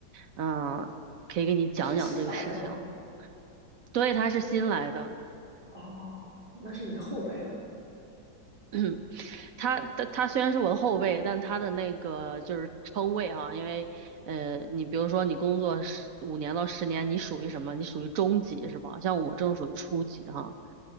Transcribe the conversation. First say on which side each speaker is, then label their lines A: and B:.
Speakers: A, on the right (about 60°); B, on the right (about 25°).
A: 嗯，可以给你讲讲这个事情。
B: 他是新来的嘛？
A: 对，他是新来的，
B: 哦，那是你的后辈了。
A: <clears throat> 他他他虽然是我的后辈，但他的那个就是称谓哈，因为呃，你比如说你工作十五年到十年，你属于什么？你属于中级是吧？像我这种属于初级哈，